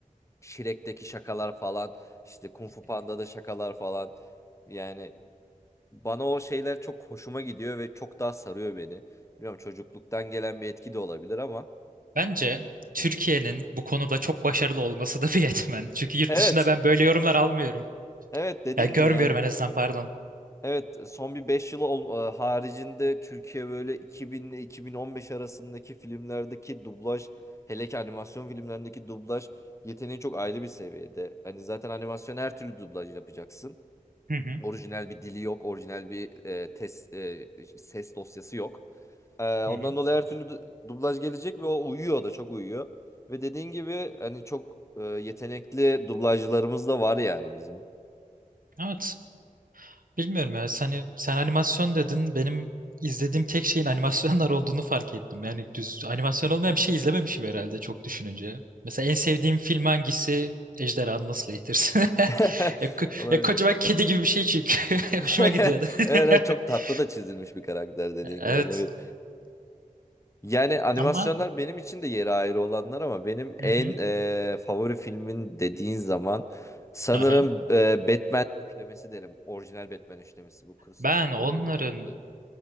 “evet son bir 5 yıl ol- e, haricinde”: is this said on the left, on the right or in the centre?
Left